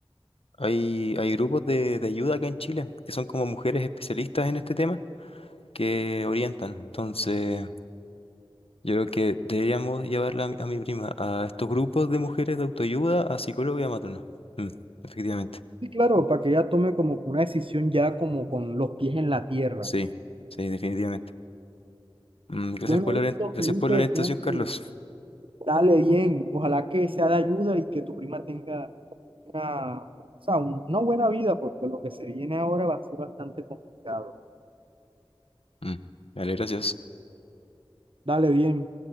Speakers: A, on the left (about 80°); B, on the right (about 65°).
A: hay, hay grupos de, de ayuda acá en Chile, que son como mujeres especialistas en este tema, que orientan. Entonces, yo creo que deberíamos llevarla a mi, a mi prima a estos grupos de mujeres de autoayuda, a psicóloga y a matrona. Mm, efectivamente.
B: Y claro, para que ella tome como que una decisión ya como con los pies en la tierra.
A: Sí, sí, definitivamente. Mm, gracias
B: Bueno,
A: por la,
B: listo,
A: orien- gracias
B: Felipe,
A: por la orientación,
B: tengo
A: Carlos.
B: que Dale bien, ojalá que sea de ayuda y que tu prima tenga una, o sea, un- una buena vida, porque lo que se viene ahora va a ser bastante complicado.
A: Mm, vale, gracias.
B: Dale bien.